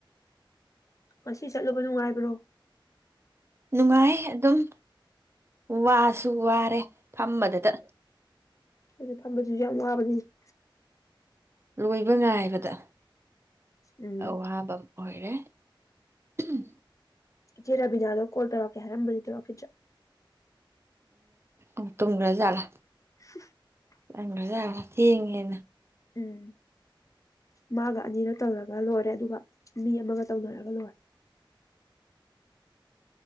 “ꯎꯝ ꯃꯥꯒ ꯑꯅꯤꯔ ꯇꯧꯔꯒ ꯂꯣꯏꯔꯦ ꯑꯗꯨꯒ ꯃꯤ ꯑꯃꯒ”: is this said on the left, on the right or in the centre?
Left